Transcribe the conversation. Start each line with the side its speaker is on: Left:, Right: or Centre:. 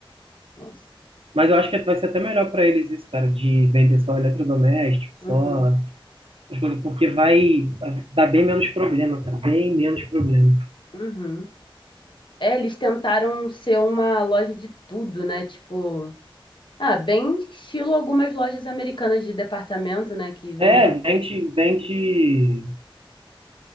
Left: Nossa.
Right: Mas eu acho que vai ser até melhor para eles isso, cara, de vender só eletrodoméstico, só
Left: Uhum,
Right: as coisas, porque vai dar bem menos problema, cara, bem menos problema.
Left: uhum. É, eles tentaram ser uma loja de tudo, né? Tipo, ah, bem estilo algumas lojas americanas de departamento, né? Que vende.
Right: É, vende, vende,